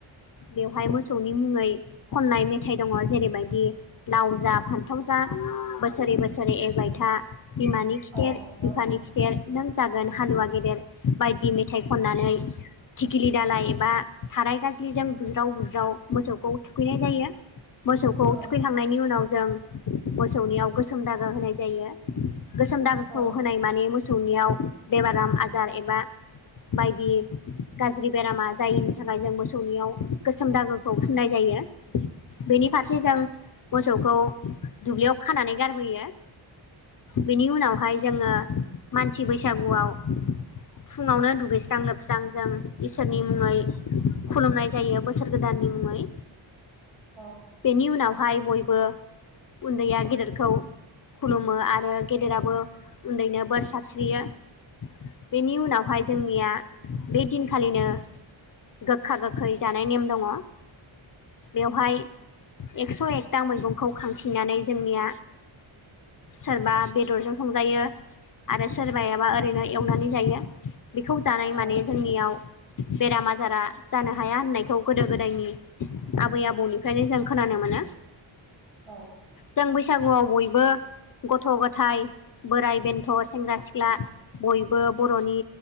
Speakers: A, on the left; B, on the right.
A: बेवहाय मोसौनि मुङै खननाय मेथाइ दङ जेरैबायदि लाव जा फान थाव जा बोसोरै बोसोरै एरबायथा बिमानि खिथेर
B: औ नंगौ
A: बिफानि खि गेदेर नों जागोन हालुवा गेदेर बायदि मेथाइ खननानै थिखिलि दालाय एबा थाराय गाज्लिजों बुज्राव बुज्राव मोसौखौ थुखैनाय जायो। मोसौखौ
B: औ
A: थुखैखांनायनि उनाव जों मोसौनियाव गोसोम दागा होनाय जायो। गोसोम दाखौ
B: औ
A: होनाय माने मोसौनियाव बेमार आजार एबा बायदि गाज्रि बेरामा जायिनि थाखाय जों मोसौनियाव गोसोम दागोखौ फुनाय जायो। बेनि फारसे जों मोसौखौ दुब्लियाव खानानै गारबोयो। बेनि उनावहाय जोंङो मानसि बैसागुआव फुंङावनो दुगैस्रां लोबस्रां जों इसोरनि मुङै खुलुमनाय जायो बोसोर गोदाननि मुङै।
B: औ।
A: बेनि उनावहाय बयबो उन्दैया गेदेरखौ खुलुमो आरो गेदेराबो उन्दैनो बोर सारस्रियो। बेनि उनावहाय जोंनिया बे दिनखालिनो गोखा गोखै जानाय नेम दङ बेवहाय एक्स' एकथा मैगंखौ खांफिननानै जोंनिया सोरबा बेदरजों संजायो आरो सोरबायाबा ओरैनो एवनानै जायो बेखौ जानाय
B: औ
A: माने
B: नंगौ
A: जोंनियाव बेराम आजारा जानो हाया होननायखौ गोदो गोदायनि आबै आबौनि फ्रायनो जों खोनानो मोनो।
B: औ
A: जों बैसागुआव बयबो गथ' गथाय बोराइ बेन्थ' सेंग्रा सिख्ला बयबो बर'नि